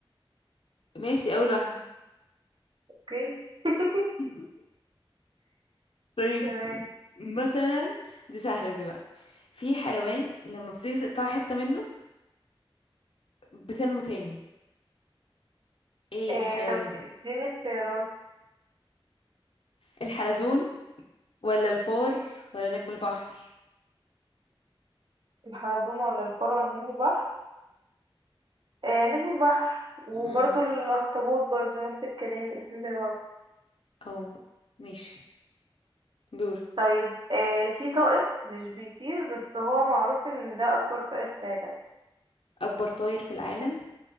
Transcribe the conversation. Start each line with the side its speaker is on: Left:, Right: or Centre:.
Left: ماشي اول واحدة
Right: اوكي <laughs>
Left: <laughs> طيب
Right: تمام
Left: م- مثلا دي سهلة دي بقى في حيوان لما بتيجي تقطع حتة منه بتنمو تاني ايه
Right: إيه،
Left: الحيوان
Right: طب
Left: ده
Right: اديني اختيارات
Left: الحلزون ولا الفار ولا نجم البحر
Right: الحلزون ولا الفار ولا نجم البحر إيه، نجم البحر وبرضو
Left: امم
Right: الاخطبوط برضو نفس الكلام الاتنين زي بعض
Left: او ماشي دوري
Right: طيب إيه، في طائر مش بيطير بس هو معروف ان ده اكبر طائر في العالم
Left: اكبر طائر في العالم